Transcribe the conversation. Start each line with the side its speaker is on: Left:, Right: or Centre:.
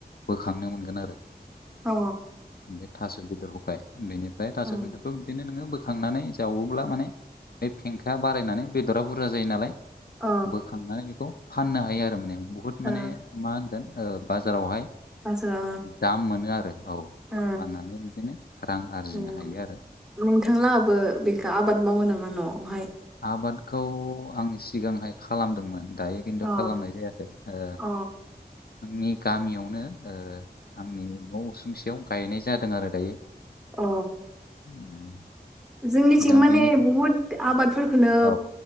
Left: बोखांनो मोनगोन आरो।
Centre: अ
Left: बे थास बेदरखौखाय बेनिफ्राय थास
Centre: अ उम अ उम
Left: बेदरखौ बिदिनो नोङो बोखांनानै जावोब्ला माने बे फेंखाया बारायनानै बेदरा बुरजा जायो नालाय
Centre: ओ
Left: बोखांनानै बेखौ फाननो हायो आरो माने बुहुद
Centre: अ
Left: माने
Centre: ओ
Left: मा होनगोन ओ बाजारावहाय
Centre: आस्रा
Left: दाम मोनो आरो औ
Centre: ओ
Left: फाननानै बिदिनो रां आरजिनो
Centre: ओ
Left: हायो आरो।
Centre: नोंथांलाहाबो बेखौ आबाद मावो नामा न'आवहाय?
Left: आबादखौ आं सिगांहाय खालामदोंमोन दायो खिन्थु
Centre: अ
Left: खालामनाय जायाखै। ओ
Centre: अ
Left: आंनि गामियावनो ओ आंनि न' उसुंसेयाव गायनाय जादों आरो दायो।
Centre: अ
Left: उम
Centre: जोंनिथिं
Left: दा
Centre: माने
Left: बेनि
Centre: बुहुद आबादफोरखोनो
Left: औ